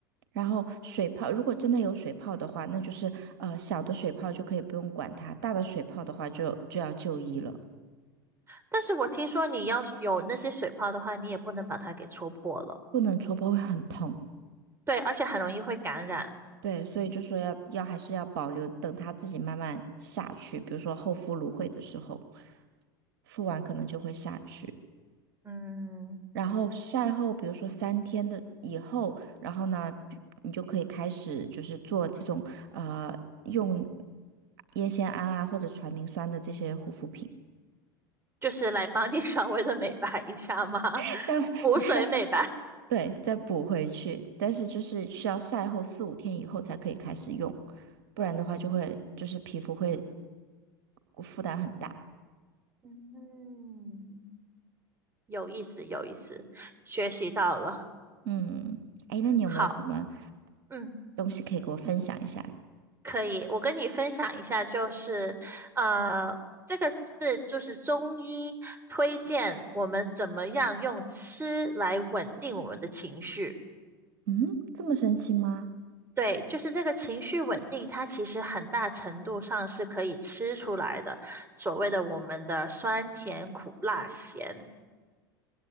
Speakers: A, on the right; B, on the right.
A: 然后水泡，如果真的有水泡的话，那就是呃小的水泡就可以不用管它，大的水泡的话就就要就医了。
B: 但是我听说你要是有那些水泡的话，你也不能把它给戳破了，
A: 不能戳破会很痛。
B: 对，而且很容易会感染，
A: 对，所以就说要要还是要保留，等它自己慢慢下去，比如说厚敷芦荟的时候，敷完可能就会下去。
B: 嗯，
A: 然后晒后，比如说三天的以后，然后呢，比你就可以开始就是做这种呃用烟酰胺啊或者传明酸的这些护肤品，
B: 就是来帮你 <laughs> 稍微的美白一下嘛，
A: <laughs> 这样这样。
B: <laughs> 补水美白，
A: 对，再补回去，但是就是需要晒后四五天以后才可以开始用，不然的话就会就是皮肤会呃负担很大。
B: 嗯。有意思，有意思，学习到了。
A: 嗯，哎，那你有没有什么
B: 好，嗯，
A: 东西可以给我分享一下？
B: 可以。我跟你分享一下，就是呃，这个是就是中医推荐我们怎么样用吃来稳定我们的情绪。
A: 嗯，这么神奇吗？
B: 对，就是这个情绪稳定，它其实很大程度上是可以吃出来的，所谓的我们的酸甜苦辣咸。